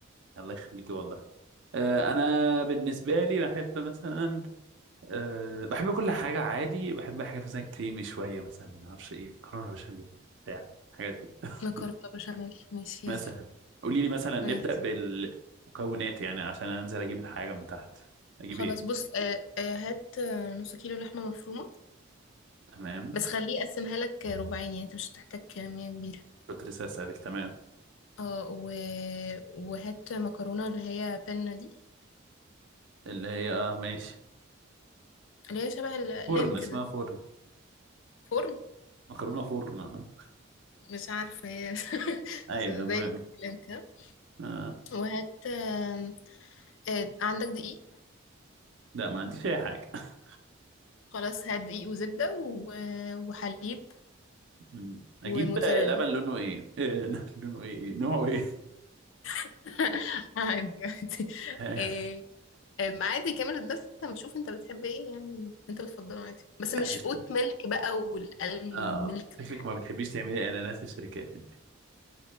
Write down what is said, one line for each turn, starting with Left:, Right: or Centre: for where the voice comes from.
Right: الله يخليكي والله آه، انا بالنسبه لي بحب مثلا أه بحب كل حاجة عادي بحب حاجات مثلا كريمي شوية مثلا ما اعرفش ايه مكرونة بشاميل بتاع الحاجات دي <laughs>
Left: مكرونه بشاميل ماشي
Right: مثلا
Left: يلا
Right: قولي لي مثلا نبدأ
Left: ماشي
Right: بالمكونات يعني عشان انزل اجيب الحاجة من تحت اجيب
Left: خلاص
Right: ايه
Left: بص آه آه هات آه، نص كيلو لحمه مفرومه
Right: تمام
Left: بس خليه يقسمها لك ربعين يعني انت مش هتحتاج كميه كبيره
Right: كنت لسه اسألك تمام
Left: اه و... وهات مكرونه اللي هي بنه دي
Right: اللي هي اه ماشي
Left: اللي هي شبه اللام
Right: فرن
Left: كده
Right: اسمها فرن
Left: فرن
Right: مكرونة فرن آه.
Left: مش عارفة هي <laughs>
Right: ايوه
Left: زي
Right: المهم
Left: اللام كده
Right: آه.
Left: وهات آم، آه، عندك دقيق
Right: لا ما عنديش اي حاجة <laughs>
Left: خلاص هات دقيق وزبدة و- وحليب
Right: مم. اجيب
Left: وموتزاريلا
Right: آه، لبن لونه ايه, إيه <laughs> لونه ايه, إيه؟ نوعه ايه
Left: <laughs> عادي عادي
Right: <laughs>
Left: آه، آم، عادي كامل الدسم شوف انت بتحب ايه يعني انت بتفضله عادي بس مش
Right: ها.
Left: اوت ميلك بقى والالمند
Right: اه
Left: ميلك
Right: شكلك
Left: والحاجات
Right: ما بتحبيش تعملي اعلانات للشركات انت